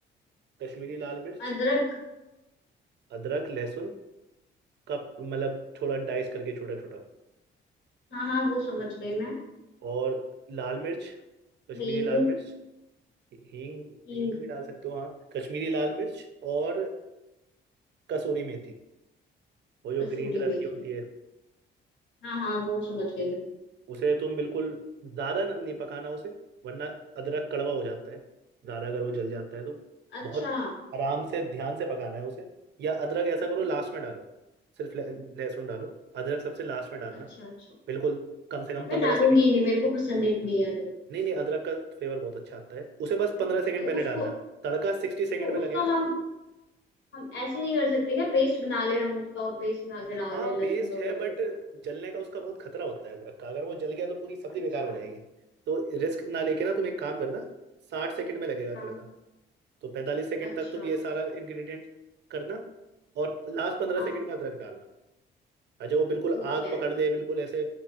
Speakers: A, on the right; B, on the left.
A: कश्मीरी लाल मिर्च
B: अदरक
A: अदरक लहसुन का मतलब थोड़ा डाइस करके छोटा छोटा
B: हाँ हाँ वो समझ गई मैं
A: और लाल मिर्च कश्मीरी
B: हींग
A: लाल मिर्च हींग
B: हींग
A: हींग भी डाल सकते हो हाँ कश्मीरी लाल मिर्च और कसूरी मेथी वो जो
B: कसूरी
A: ग्रीन कलर
B: मेथी
A: की होती है
B: हाँ हाँ वो समझ गई मैं
A: उसे तुम बिल्कुल ज्यादा न- नहीं पकाना उसे वरना अदरक कड़वा हो जाता है ज्यादा अगर वो जल जाता है तो
B: अच्छा
A: बहुत आराम से ध्यान से पकाना है उसे या अदरक ऐसा करो लास्ट में डालो सिर्फ लह- लहसुन डालो अदरक सबसे लास्ट में डालना
B: अच्छा अच्छा
A: बिल्कुल कम से कम पंद्रह
B: मैं डालूंगी
A: सेकेंड
B: ही नहीं मेरे को पसंद ही नहीं है अदरक
A: नहीं नहीं अदरक का फ्लेवर बहुत अच्छा आता है उसे बस पंद्रह सेकेंड
B: तो
A: पहले
B: उसको
A: डालना तड़का सिक्सटी सेकेंड
B: तो
A: में
B: उसका
A: लगेगा
B: हम हम ऐसे नहीं कर सकते क्या पेस्ट बना ले हम उसका और पेस्ट बना के
A: हाँ
B: डाल दें लहसुन
A: पेस्ट
B: और
A: है
B: अदरक
A: बट
B: का
A: जलने का उसका बहुत खतरा होता है अदरक का अगर वो जल गया तो पूरी सब्जी
B: अच्छा
A: बेकार हो जाएगी तो रिस्क ना लेके ना तुम एक काम करना साठ सेकंड में लगेगा
B: हाँ
A: तड़का तो पैंतालीस सेकंड
B: अच्छा
A: तक तुम ये सारा इंग्रेडिएंट करना और लास्ट पंद्रह
B: हाँ
A: सेकंड में अदरक डालना और जब वो बिल्कुल
B: ठीक
A: आग
B: है
A: पकड़ ले बिल्कुल ऐसे